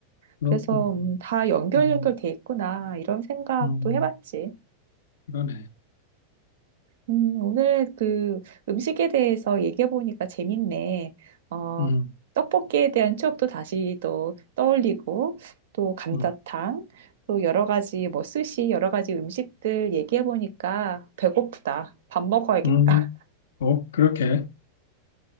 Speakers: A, on the left; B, on the right.
A: 그렇구나.
B: 그래서, 음, 다 연결
A: 음,
B: 연결돼 있구나. 이런 생각도
A: 음,
B: 해봤지.
A: 그러네.
B: 음, 오늘 그 음식에 대해서 얘기해 보니까 재밌네. 어,
A: 음,
B: 떡볶이에 대한 추억도 다시 또 떠올리고, 또 감자탕,
A: 음,
B: 또 여러 가지 뭐 스시, 여러 가지 음식들 얘기해 보니까 배고프다. 밥 먹어야겠다.
A: 음. 어, 그렇게.